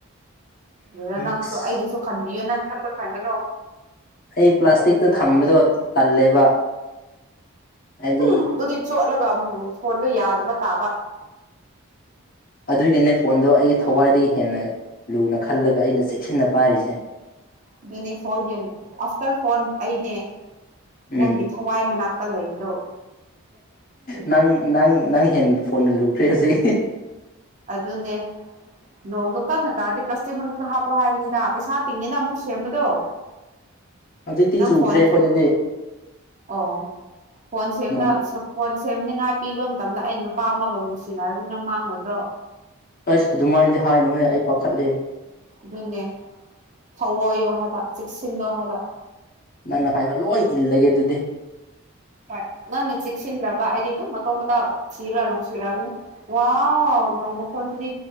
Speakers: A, on the right; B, on the left.
A: ꯑꯗꯨꯗ ꯅꯪꯁꯨ
B: ꯑꯁ
A: ꯑꯩꯒꯤꯁꯨ ꯈꯟꯕꯤꯌꯨ ꯅꯪ ꯈꯛꯄ ꯈꯟꯒꯅꯨ
B: ꯑꯩ ꯄ꯭ꯂꯥꯁꯇꯤꯛꯇ
A: ꯀꯔꯤꯒꯤꯔꯥ
B: ꯊꯝꯕꯗꯣ ꯇꯜꯂꯦꯕ ꯍꯥꯏꯗꯤ
A: ꯎꯝ ꯑꯗꯨꯗꯤ ꯆꯣꯠꯂꯒ ꯐꯣꯟꯗꯣ ꯌꯥꯗꯕ ꯇꯥꯕ
B: ꯑꯗꯨꯒꯤꯅꯦ ꯐꯣꯟꯗꯣ ꯑꯩꯒꯤ ꯊꯋꯥꯏꯗꯒꯤ ꯍꯦꯟꯅ ꯂꯨꯅ ꯈꯜꯂꯒ ꯑꯩꯅ ꯆꯦꯛꯁꯤꯟꯅ ꯄꯥꯏꯔꯤꯁꯦ
A: ꯑꯗꯨꯅꯦ ꯐꯣꯂꯒꯤꯝ ꯑꯥꯐꯇꯔ ꯐꯣꯟ ꯑꯩꯅꯦ
B: ꯎꯝ
A: ꯅꯪꯒꯤ ꯍꯋꯥꯏ ꯃꯅꯥꯛꯇ ꯂꯩꯕꯗꯣ ꯑꯗꯨꯒꯤ
B: ꯅꯪ ꯅꯪ ꯅꯪ ꯍꯦꯟ ꯐꯣꯟꯅ ꯂꯨꯈ꯭ꯔꯦ ꯍꯧꯖꯤꯛ
A: ꯑꯗꯨꯅꯦ ꯅꯣꯡꯗꯣ ꯀꯟꯅ ꯇꯥꯔꯗꯤ ꯄ꯭ꯂꯥꯁꯇꯤꯛ ꯃꯅꯨꯡꯗ ꯍꯥꯞꯄꯣ ꯍꯥꯏꯕꯅꯤꯗ ꯄꯩꯁꯥ ꯇꯤꯡꯉꯤꯅ ꯑꯃꯨꯛ ꯁꯦꯝꯕꯗꯣ <inaudible>
B: ꯍꯧꯖꯤꯛꯇꯤ
A: ꯅꯪ
B: ꯆꯨꯗ꯭ꯔꯦ
A: ꯐꯣꯟ
B: ꯑꯩꯈꯣꯏꯗꯗꯤ
A: ꯑꯣ ꯐꯣꯟ ꯁꯦꯝꯗ
B: ꯅꯣꯡ
A: ꯐꯣꯟ ꯁꯦꯝꯅꯤꯉꯥꯏ ꯄꯤꯕ ꯃꯇꯝꯗ ꯑꯩꯅ ꯅꯨꯄꯥ ꯑꯃꯕꯨ ꯅꯨꯡꯁꯤꯅꯔꯅꯤꯅ ꯃꯥꯡꯉꯣꯏꯗ꯭ꯔꯣ
B: ꯑꯩꯁ ꯑꯗꯨꯃꯥꯏꯅꯗꯤ ꯍꯥꯏꯅꯨꯍꯦ ꯑꯩ ꯄꯥꯈꯠꯂꯦ
A: ꯑꯗꯨꯅꯦ ꯊꯧꯑꯣꯏꯌꯣ ꯍꯥꯏꯕ ꯆꯦꯛꯁꯤꯜꯂꯣ ꯍꯥꯏꯕ
B: ꯅꯪꯅ ꯍꯥꯏꯕ ꯂꯣꯏ ꯏꯜꯂꯒꯦ ꯑꯗꯨꯗꯤ
A: ꯍꯣꯏ ꯅꯪꯅ ꯆꯦꯛꯁꯤꯟꯗ꯭ꯔꯕ ꯑꯩꯗꯤꯗꯨꯝ ꯑꯇꯣꯞꯄꯇ ꯊꯤꯔ ꯅꯨꯡ ꯁꯤꯔꯕꯅꯤ ꯋꯥꯎ ꯅꯣꯡ ꯃꯈꯣꯟꯖꯤꯗꯤ